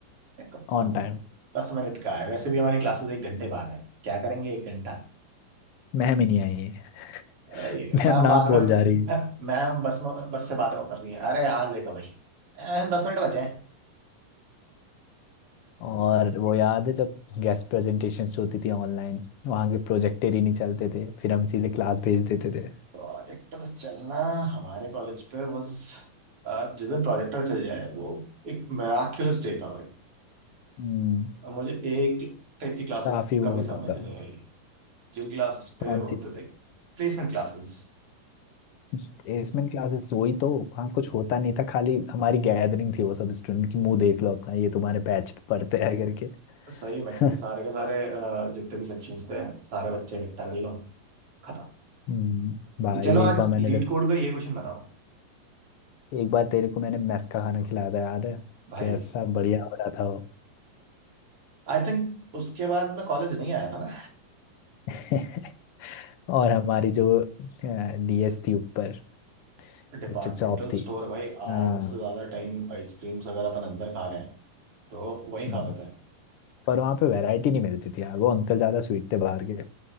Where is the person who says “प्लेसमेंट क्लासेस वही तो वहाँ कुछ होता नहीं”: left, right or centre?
Left